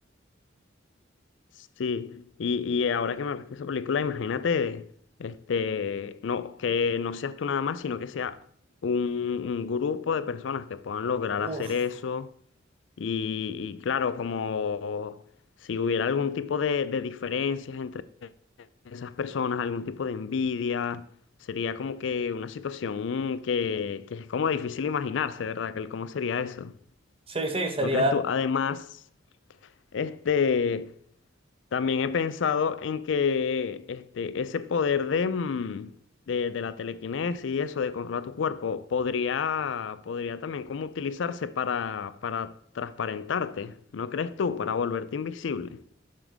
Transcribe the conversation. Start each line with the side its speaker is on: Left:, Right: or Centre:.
Left: Sí, y, y ahora que me hablaste de esa película, imagínate, este, no, que no seas tú nada más, sino que sea un, un grupo de personas que puedan lograr
Right: Uf,
Left: hacer eso. Y, y claro, como si hubiera algún tipo de, de diferencias entre esas personas, algún tipo de envidia, sería como que una situación que, que es como difícil imaginarse, ¿verdad? Que el- ¿Cómo sería eso?
Right: sí, sí, sería...
Left: ¿No crees tú? Además, este. También he pensado en que este, ese poder de, mm, de, de la telequinesis y eso, de controlar tu cuerpo, podría, podría también como utilizarse para, para transparentarte, ¿no crees tú? Para volverte invisible.